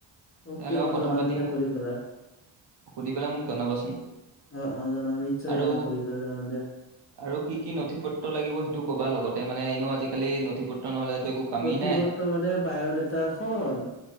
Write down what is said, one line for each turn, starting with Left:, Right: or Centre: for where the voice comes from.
Left: অকে
Right: তেওঁৰ লগত
Left: মই
Right: কথা
Left: জনাম
Right: পাতি
Left: দিয়া
Right: মোক
Left: সুধি পেলাই।
Right: সুধি পেলাই মোক জনাবাচোন
Left: অ', অ', জনাম নিশ্চয়
Right: আৰু
Left: জনাম সুধি পেলাই জনাম দিয়া।
Right: আৰু কি কি নথি পত্ৰ লাগিব সেইটো কবা লগতে মানে এনেও আজিকালি নথি পত্ৰ নহলেতো একো কামেই
Left: নথি
Right: নাই
Left: পত্ৰ মানে বায়ডাটা এটা এখন